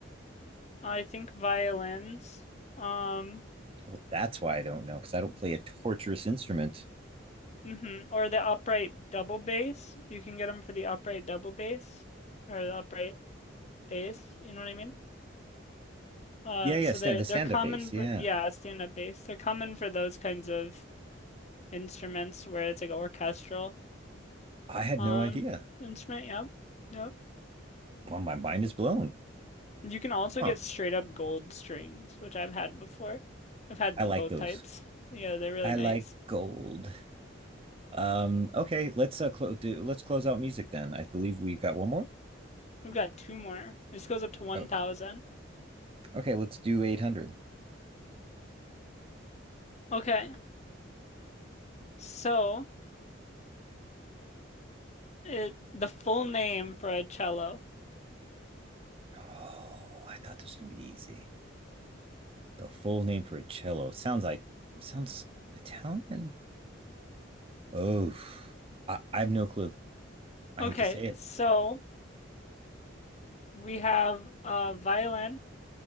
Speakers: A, on the left (about 35°); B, on the right (about 30°).
A: I think violins. Um,
B: Well, that's why I don't know because I don't play a torturous instrument.
A: hmm or the upright double bass. You can get them for the upright double bass or the upright bass, you know what I mean? Uh,
B: Yeah, yeah,
A: so
B: stand,
A: they're
B: the
A: they're
B: stand-up
A: common
B: bass. Yeah,
A: for yeah, stand-up bass. They're common for those kinds of instruments where it's like an orchestral
B: I had
A: um
B: no idea.
A: instrument. Yep, yep.
B: Well, my mind is blown.
A: You can also
B: Huh?
A: get straight up gold strings, which I've had before. I've had
B: I
A: the,
B: like
A: both
B: those.
A: types. Yeah, they're really
B: I
A: nice.
B: like gold. Um, okay, let's uh close do let's close out music then. I believe we've got one more.
A: We've got two more. This goes up to 1,000.
B: Okay. Okay, let's do 800.
A: Okay, so it the full name for a cello.
B: Oh, I thought this was going to be easy. The full name for a cello sounds like sounds Italian. Oh, I, I have no clue. I
A: Okay,
B: hate to say it.
A: so we have uh violin,